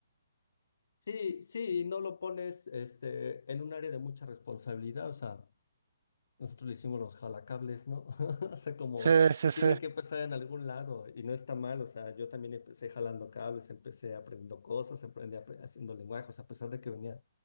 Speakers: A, on the left (about 65°); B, on the right (about 75°).
A: Sí, sí, y no lo pones este, en un área de mucha responsabilidad, o sea, Nosotros le hicimos los jalacables, ¿no? <laughs> O sea, como
B: Sí, sí,
A: tienen
B: sí.
A: que empezar en algún lado y no está mal. O sea, yo también empecé jalando cables, empecé aprendiendo cosas, aprendí apre- haciendo lenguajes, a pesar de que venía,